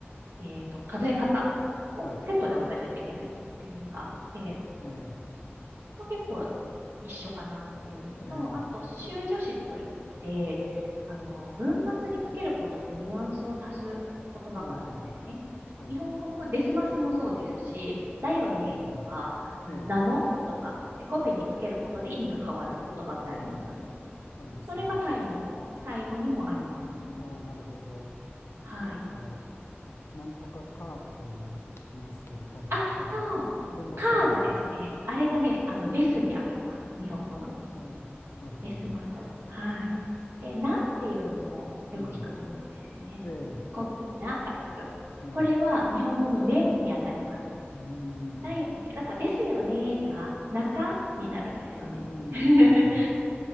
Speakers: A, on the right (about 70°); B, on the left (about 75°).
A: えっと、数え方をセットで覚えないといけないっていうのがあって、
B: はい。ええ。
A: そこ結構一緒かなっていうのと、
B: ええ。
A: あと、修助詞といって、あの、文末につけることでニュアンスを足す言
B: うん。
A: 葉があるんですね。
B: はい。
A: 日本語もデスマスもそうですし、だよねとか、
B: うん。ええ。
A: あの、なのとか、で語尾につけることで意味が変わる言葉ってありますよね。
B: うん。ありますね。
A: それがタイにも、タイ語にもあります。
B: うん。ああ、なるほど。
A: はい。
B: なんか、なんとかカーとかいうのはよく聞きますけど、タイに行ったら、
A: あ、そう。
B: あれもそうな。
A: カーがですね、あれがね、あの、ですに当たります。日本語の。
B: うん、なるほど。
A: ベスマス。はい。で、なっていうのもよく聞くと思うんですよね。
B: うん。ええ、
A: 語尾にながつく。
B: ええ。
A: これは日本語のねにあたります。
B: うーん。
A: だよね。だからですよねが中になるんですよね。
B: うーん。
A: <laughs>